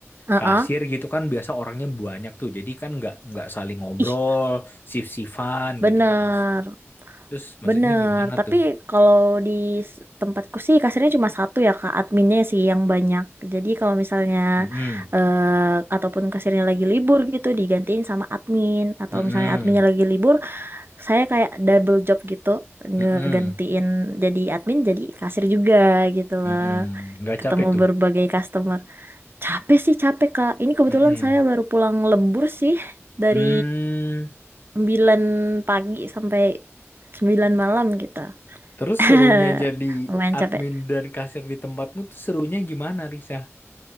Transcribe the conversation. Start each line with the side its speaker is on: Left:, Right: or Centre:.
Right: Heeh.
Left: kasir gitu kan biasa orangnya banyak tuh. Jadi kan nggak nggak saling ngobrol,
Right: Ih,
Left: sif-sifan
Right: bener,
Left: gitu kan langsung. Terus maksudnya
Right: bener.
Left: gimana
Right: Tapi
Left: tuh?
Right: kalau di s- tempatku sih kasirnya cuma satu ya Kak, adminnya sih yang banyak. Jadi kalau misalnya
Left: Mm-mm.
Right: eh, ataupun kasirnya lagi libur gitu digantiin sama admin atau
Left: Mm-mm.
Right: misalnya adminnya lagi libur, saya kayak double job gitu ngegantiin
Left: Mm-mm.
Right: jadi admin jadi kasir juga gitu loh
Left: Mm-mm. Nggak
Right: ketemu
Left: capek tuh.
Right: berbagai customer capek sih capek Kak ini kebetulan
Left: Mm-mm.
Right: saya baru pulang lembur sih dari
Left: Hmm.
Right: sembilan pagi sampai sembilan malam gitu
Left: Terus serunya
Right: <laughs>
Left: jadi
Right: lumayan
Left: admin
Right: capek
Left: dan kasir di tempatmu tuh serunya gimana, Risa?